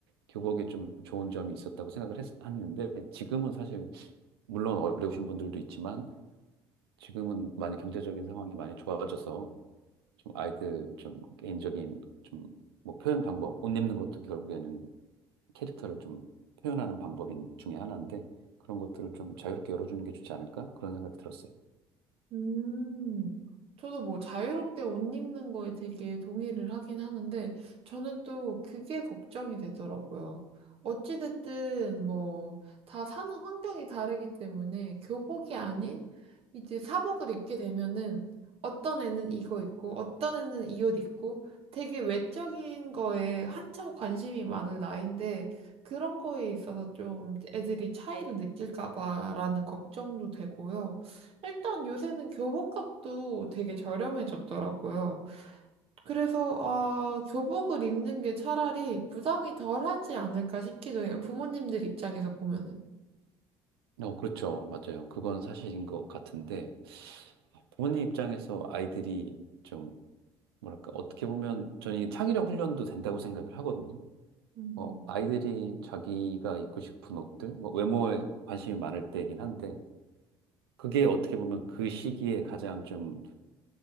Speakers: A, on the right (about 85°); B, on the right (about 50°).
A: 교복이 좀 좋은 점이 있었다고 생각을 했, 했는데 지금은 사실 물론 어려우신 분들도 있지만 지금은 많이 경제적인 상황이 많이 좋아져서 좀 아이들 좀 개인적인 좀 뭐 표현 방법, 옷 입는 것도 결국에는 캐릭터를 좀 표현하는 방법인 중에 하나인데 그런 것들을 좀 자유롭게 열어주는 게 좋지 않을까? 그런 생각이 들었어요.
B: 음, 저도 뭐 자유롭게 옷 입는 거에 되게 동의를 하긴 하는데, 저는 또 그게 걱정이 되더라고요. 어찌됐든 뭐, 다 사는 환경이 다르기 때문에 교복이 아닌 이제 사복을 입게 되면은 어떤 애는 이거 입고, 어떤 애는 이 옷 입고, 되게 외적인 거에 한참 관심이 많은 나이인데, 그런 거에 있어서 좀 애들이 차이를 느낄까 봐라는 걱정도 되고요. 일단 요새는 교복값도 되게 저렴해졌더라고요. 그래서, 아, 교복을 입는 게 차라리 부담이 덜하지 않을까 싶기도 해요. 부모님들 입장에서 보면은.
A: 어, 그렇죠. 맞아요. 그건 사실인 것 같은데 부모님 입장에서 아이들이 좀 뭐랄까 어떻게 보면 저는 이 창의력 훈련도 된다고 생각을 하거든요.
B: 음.
A: 어, 아이들이 자기가 입고 싶은 옷들, 뭐 외모에 관심이 많을 때이긴 한데 그게 어떻게 보면 그 시기에 가장 좀,